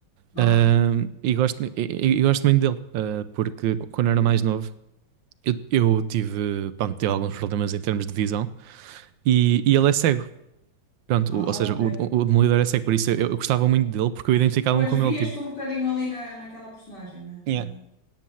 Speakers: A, on the left; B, on the right.
A: ok.
B: Eh, e, gosto, e, e- e gosto muito dele, eh, porque quando eu
A: Boa.
B: era mais novo. Eu, eu tive, pronto, tive alguns problemas em termos de visão e, e ele é cego. Pronto,
A: Ah,
B: o- ou seja,
A: ok.
B: o, o, o Demolidor é cego, por isso eu, eu gostava muito dele, porque eu identificava-me
A: Pois
B: com
A: vias-te
B: ele, tipo.
A: um bocadinho ali na, naquela personagem, né?
B: Yeah.
A: Na...